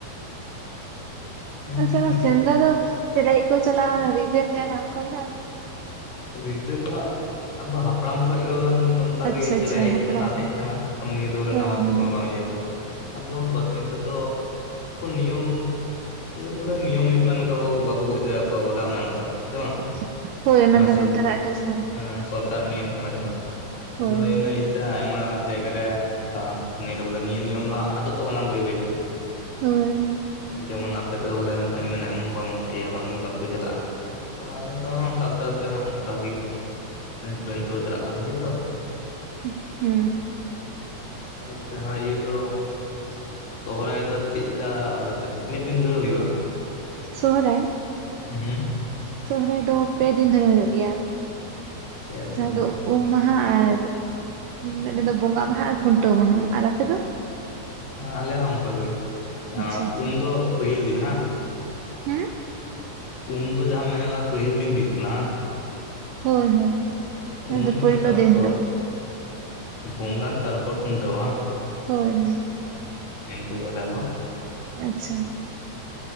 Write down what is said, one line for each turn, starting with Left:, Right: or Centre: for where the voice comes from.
Left: ᱦᱮᱸ
Right: ᱟᱪᱪᱷᱟ
Left: ᱱᱮᱛᱟᱨ
Right: ᱥᱮᱸᱫᱽᱨᱟ ᱫᱚ, ᱪᱮᱫ ᱞᱟᱜᱤᱫ ᱠᱚ ᱪᱟᱞᱟᱜ ᱟ ᱚᱱᱟ ᱨᱤᱡᱮᱱ ᱡᱟᱦᱟᱱᱟᱜ ᱚᱱᱠᱟ ᱢᱮᱱᱟᱜ-ᱟ᱾
Left: ᱨᱤᱡᱮᱱ ᱢᱟᱜ, ᱟᱫᱚ ᱦᱟᱯᱲᱟᱢ ᱠᱷᱚᱡ ᱜᱮ ᱵᱚᱞᱮ ᱱᱚᱝᱠᱟ, ᱚᱱᱠᱟ
Right: ᱟᱪᱪᱷᱟ
Left: ᱜᱮ
Right: ᱟᱪᱪᱷᱟ
Left: ᱦᱮᱡ
Right: ᱦᱟᱯᱲᱟᱢ
Left: ᱠᱟᱱᱟ
Right: ᱠᱷᱚᱡ
Left: ᱦᱮᱡ ᱠᱟᱱᱟ ᱱᱤᱭᱟᱹ ᱫᱚ ᱵᱚᱞᱮ
Right: ᱦᱳᱭ
Left: ᱱᱟᱣᱟ ᱛᱮᱫᱚ
Right: ᱦᱳᱭ
Left: ᱠᱳᱱᱳ ᱵᱟᱝ ᱤᱭᱟᱹ ᱠᱟᱱᱟ᱾ ᱟᱫᱚ ᱱᱤᱛᱟᱨ ᱫᱚ ᱞᱟᱦᱟᱛᱮ ᱱᱤᱭᱚᱢ, ᱤᱭᱟᱹ ᱵᱚᱞᱮ ᱱᱤᱭᱚᱢ ᱦᱩᱭᱩᱜ ᱠᱟᱱᱟ ᱱᱚᱝᱠᱟ ᱵᱟᱠᱚ ᱜᱚᱡ ᱫᱟᱲᱮᱭᱟᱠᱚᱣᱟ ᱵᱚᱞᱮ ᱚᱱᱮ ᱚᱱᱠᱟ ᱥᱮ ᱵᱟᱝ?
Right: <inaudible>
Left: ᱡᱟᱦᱟᱸ
Right: ᱱᱮᱛᱟᱨᱟᱜ ᱜᱮ ᱡᱷᱟᱢᱮᱞᱟ
Left: <unintelligible> ᱠᱟᱜ ᱱᱤᱭᱚᱢ ᱠᱟᱱᱟ ᱡᱟᱦᱟᱸ,
Right: ᱦᱳᱭ
Left: ᱟᱫᱚ ᱤᱱᱟᱹ ᱤᱭᱟᱹᱛᱮ ᱟᱭᱢᱟ ᱡᱟᱭᱜᱟ ᱨᱮ ᱚᱱᱠᱟ ᱱᱤᱭᱟᱹ ᱫᱚ ᱵᱚᱞᱮ ᱱᱤᱭᱟᱹ ᱱᱤᱭᱚᱢ ᱫᱚ ᱦᱟᱜ ᱟᱫᱚᱜ ᱛᱟᱵᱚᱱᱟ ᱵᱟᱹᱭ ᱵᱟᱹᱭᱛᱮ ᱾
Right: ᱦᱳᱭ ᱾
Left: ᱡᱮᱢᱚᱱ ᱟᱯᱮ ᱥᱮᱫ ᱵᱚᱞᱮ ᱱᱚᱜᱼᱚᱭ ᱢᱮᱱᱮᱜ ᱟᱢ ᱵᱟᱢ ᱤᱭᱟᱹ ᱵᱟᱝ ᱵᱟᱠᱚ ᱪᱟᱞᱟᱜᱼᱟ ᱾ ᱛᱚ ᱟᱞᱮ ᱥᱮᱫ ᱦᱚᱸ ᱚᱱᱠᱟ ᱟᱥᱛᱮ ᱟᱥᱛᱮ ᱦᱟᱜ ᱚᱱᱠᱟ ᱜᱮ, <unintelligible> ᱫᱚ ᱪᱟᱞᱟᱜ ᱠᱟᱱ ᱜᱮᱭᱟ ᱛᱚ ᱾
Right: ᱦᱩᱸ ᱾
Left: ᱟᱨ ᱡᱟᱦᱟᱸ ᱤᱭᱟᱹ ᱫᱚ
Right: <inaudible>
Left: ᱥᱚᱦᱚᱨᱟᱭ ᱫᱚ ᱪᱮᱫ ᱞᱮᱠᱟ <unintelligible> ᱛᱤᱱᱟᱹᱜ ᱫᱤᱱ ᱫᱷᱚᱨᱮ ᱦᱩᱭᱩᱜᱼᱟ?
Right: ᱥᱚᱦᱨᱟᱭ ᱾
Left: ᱦᱩᱸ ᱦᱩᱸ ᱾
Right: ᱥᱚᱦᱨᱟᱭ ᱫᱚ ᱯᱮ ᱫᱤᱱ ᱫᱷᱚᱨᱮ ᱦᱩᱭᱩᱜ ᱜᱮᱭᱟ,
Left: ᱯᱮ
Right: ᱡᱟᱦᱟᱸ
Left: ᱫᱤᱱ
Right: ᱫᱚ ᱩᱢ ᱢᱟᱦᱟ ᱟᱨ ᱢᱮᱫᱴᱮᱱ ᱫᱚ ᱵᱚᱸᱜᱟ ᱢᱟᱦᱟ ᱟᱨ ᱠᱷᱩᱱᱴᱟᱹᱣ ᱢᱟᱦᱟ, ᱟᱨ ᱟᱯᱮ ᱫᱚ?
Left: ᱦᱮᱸ ᱟᱞᱮ ᱦᱚᱸ ᱚᱱᱠᱟ ᱜᱤ, ᱡᱟᱦᱟ
Right: ᱟᱪᱪᱷᱟ ᱟᱪᱪᱷᱟ
Left: ᱩᱢ ᱫᱚ ᱯᱟᱹᱦᱤᱞ ᱫᱤᱱ ᱦᱟᱝ?
Right: ᱦᱮᱸ
Left: ᱩᱢ ᱫᱚ ᱡᱟᱦᱟᱸᱢ ᱢᱮᱱᱮᱫ ᱠᱟᱱᱟ ᱯᱟᱹᱦᱤᱞ ᱫᱤᱱ ᱦᱩᱭᱩᱜ ᱠᱟᱱᱟ ᱦᱟᱝ?
Right: ᱦᱳᱭ ᱦᱳᱭ ᱚᱱᱟ
Left: ᱩᱢ
Right: ᱫᱚ ᱯᱳᱭᱞᱳ
Left: ᱛᱟᱨᱯᱚᱨ
Right: ᱫᱤᱱ ᱦᱤᱞᱳᱜ ᱾
Left: ᱵᱚᱸᱜᱟᱱ ᱛᱟᱨᱯᱚᱨ ᱠᱷᱩᱱᱴᱟᱹᱣ ᱦᱟᱝ?
Right: ᱦᱳᱭ ᱦᱳᱭ ᱾
Left: ᱤᱱᱠᱟᱹ ᱜᱮ ᱟᱞᱮ ᱦᱚᱸ ᱾
Right: ᱟᱪᱪᱷᱟ ᱾